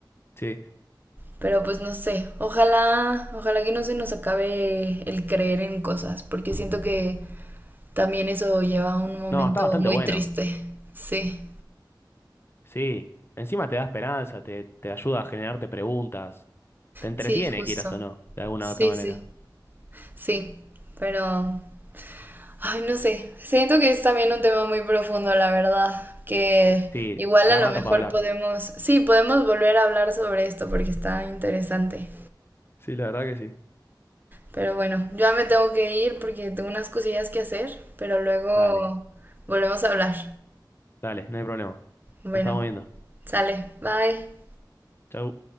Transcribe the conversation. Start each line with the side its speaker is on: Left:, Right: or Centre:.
Left: Sí.
Right: pero pues no sé. Ojalá, ojalá que no se nos acabe el creer en cosas, porque siento que también eso lleva a un momento
Left: No, está bastante
Right: muy
Left: bueno.
Right: triste. Sí,
Left: Sí. Encima te da esperanza, te, te ayuda a generarte preguntas. Te entretiene,
Right: sí, justo.
Left: quieras o no, de alguna
Right: Sí,
Left: u otra manera.
Right: sí, sí. Pero, Ay, no sé. Siento que es también un tema muy profundo, la verdad. Que
Left: Sí,
Right: igual
Left: da
Right: a lo
Left: rato
Right: mejor
Left: para hablar.
Right: podemos, sí, podemos volver a hablar sobre esto porque está interesante.
Left: Sí, la verdad que sí.
Right: Pero bueno, yo ya me tengo que ir porque tengo unas cosillas que hacer, pero luego
Left: Dale,
Right: volvemos a hablar.
Left: dale, no hay problema.
Right: Bueno,
Left: Nos estamos viendo.
Right: sale. Bye.
Left: Chau.